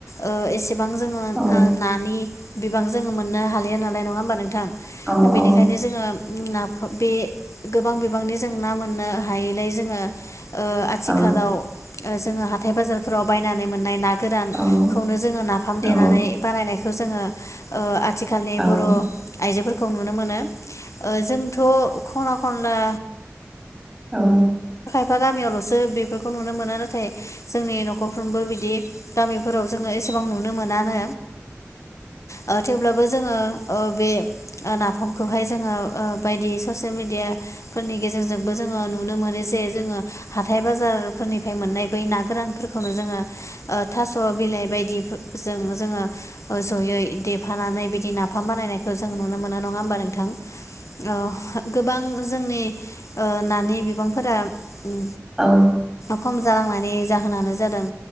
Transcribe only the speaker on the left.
ओ एसे एसेबां जोङो
ओ नानि बिबां जों मोननो हालिया नालाय ना नङा होमा नोंथां?
बेनिखायनो
जोङो उ ना <unintelligible> बे गोबां बिबांनि जों ना मोननो हायैलाय जोङो आथिखालाव
ओ जोङो हाथाय बाजारफोराव बायनानै मोननाय ना गोरानखौनो
जोङो नाफाम देनानै
बानायनायखौ जोङो आथिखालनि बर'
आयजोफोरखौ नुनो मोनो जोंथ' खना-खनला खनला
बिफा गामियावल'सो बेफोरखौ नुनो मोना नाथाय जोंनि नख'र नखरफ्रोमबो बिदि गामिफोराव जोङो एसेबां नुनो मोनानो ओ थेवब्लाबो जों बे नाफामखौ खौहाय जोङो ओ बायदि ससियेल मेडिया फोरनि गेजेरजोंबो जोङो नुनो मोनो जे जोङो हाथाइ-बाजारफोरनिफ्राय मोननाय बै ना गोरानफोरखौ खौनो जोङो ओ थास' बिलाइ बायदि जों जोङो ओज'यै देफानानै बिदि नाफ नाफाम बानायनायखौ जों नुनो मोनो नङा होमबा नोंथां ओह गोबां जोंनि ओ नानि बिबांफोरा उम
खम जालांनायनि जाहोनानो जादों